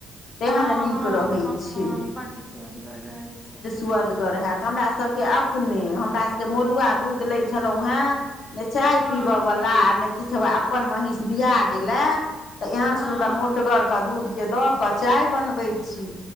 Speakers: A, on the left; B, in the centre.
A: तेहन
B: हँ
A: नीक
B: हँ
A: रहै छै
B: हँ बड स्वदगर रहै छै
A: स्वदगर है त तऽ हमरा सभके अपने हमरा सभके मौलुआ दूध लै छलहुँ है चाय
B: हँ
A: पीबय वाला ने किछ अपन महीस बिया गेले तऽ एहन
B: हँ
A: सुन्दर मो दुधगरके दूधके दऽ कऽ चाय बनबै छी